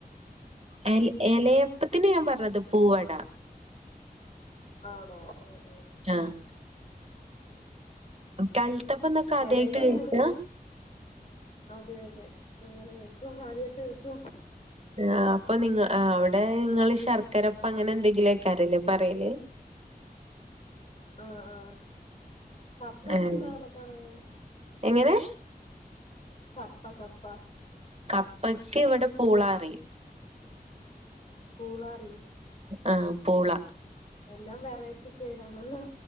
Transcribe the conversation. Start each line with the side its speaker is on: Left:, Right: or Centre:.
Right: എല എലയപ്പത്തിന് ഞാൻ പറഞ്ഞത് പൂവട
Left: ആണോ ആ ആ
Right: ആഹ് കൽത്തപ്പ ന്നൊക്കെ ആദ്യായിട്ട്
Left: എലയപ്പം
Right: കേൾക്ക?
Left: കൂടുതൽ അതെ അതെ അങ്ങനെ കേക്കും ആദ്യത്തെക്ക
Right: ആ അപ്പൊ നിങ്ങ അവിടെ നിങ്ങള് ശർക്കരപ്പ അങ്ങനെ എന്തെങ്കിലുക്കരലേ പറയല്
Left: ആ ആഹ് കപ്പയ്ക്കെന്താ
Right: ആഹ്
Left: അവിടെ പറയാ?
Right: എങ്ങനെ
Left: കപ്പാ കപ്പാ
Right: കപ്പക്ക് ഇവിടെ പൂളാറ
Left: പൂളാറിൽ
Right: ആ പൂള
Left: എല്ലാം വെറൈറ്റി പേരാണല്ലോ